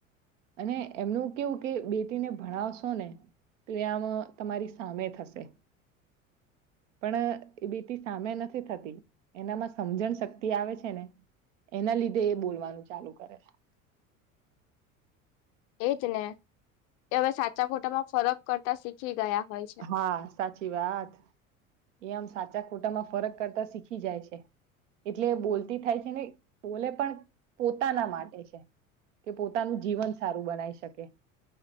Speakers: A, on the right (about 60°); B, on the left (about 40°).
A: અને એમનું કેવું કે બેટીને ભણાવશો ને ત આમ તમારી સામે થશે પણ એ બીટી સામે નથી થતી એનામાં સમજણ શક્તિ આવે છે ને એના લીધે એ બોલવાનું ચાલુ કરે છે <unintelligible>
B: એજ ને એ હવે સાચા ખોટા માં ફરક કરતા શીખી ગયા હોય છે
A: હા સાચી વાત એમ સાચા ખોટામાં ફરક કરતા શીખી જાય છે એટલે બોલતી થાય છે, ને બોલે પણ પોતાના માટે છે. કે પોતાનું જીવન સારું બનાઈ શકે